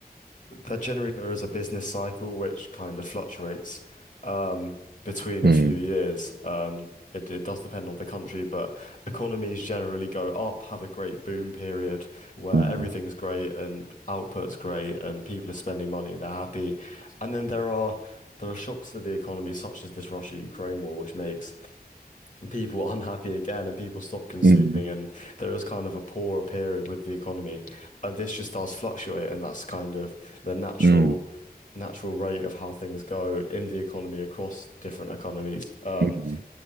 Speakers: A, on the left; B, on the right.
A: that generally there is a business cycle which kind of fluctuates um, between
B: Mm,
A: a few years. Um, it, it does depend on the country, but economies generally go up, have a great boom period where
B: mm,
A: everything's great and output's great and people are spending money and they're happy. And then there are there are shocks to the economy, such as this Russia-Ukraine war, which makes people <laughs> were unhappy again and people stopped consuming
B: mm,
A: and there is kind of a poorer period with the economy and this just does fluctuate and that's kind of the natural
B: mm,
A: natural rate of how things go in the economy across different economies um
B: mm,